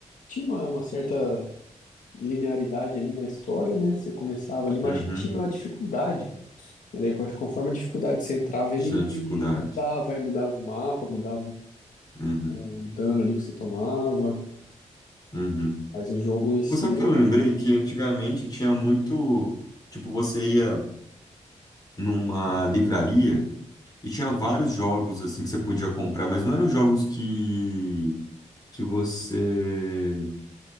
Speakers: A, on the left; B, on the left.
A: Tinha uma, uma certa linearidade ali na história, né? Você começava ali, mas
B: Uhum.
A: acho que tinha uma dificuldade. E daí, eu acho que conforme a dificuldade você entrava, ele
B: Tinha dificuldade.
A: mudava, aí mudava o mapa, mudava
B: Uhum.
A: o dano ali que você tomava.
B: Uhum.
A: Mas o jogo em si
B: Pô, sabe o
A: era.
B: que eu lembrei? Que antigamente tinha muito. Tipo, você ia numa livraria. E tinha vários jogos assim que você podia comprar, mas não eram jogos que que você